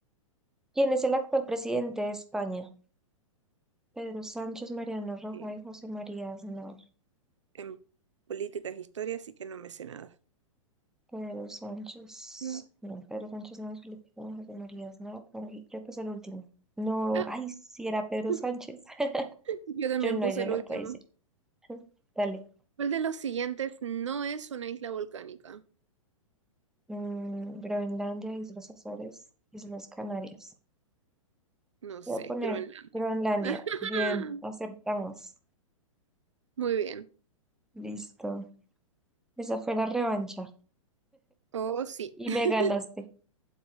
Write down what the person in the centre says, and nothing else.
¿Quién es el actual presidente de España? Pedro Sánchez, Mariano Rajoy,
José María Aznar.
Pedro Sánchez.
No, Pedro Sánchez no es Felipe, González, José María Aznar. por ahí, creo que es el último. No,
ay, si era Pedro
Sánchez. <laughs>
Yo no,
yo
no
puede ser. <laughs> Dale.
Mm, Groenlandia, Islas Azores, Islas Canarias.
Voy a poner
Groenlandia.
Bien, aceptamos.
Listo. Esa fue la revancha.
Y
me ganaste.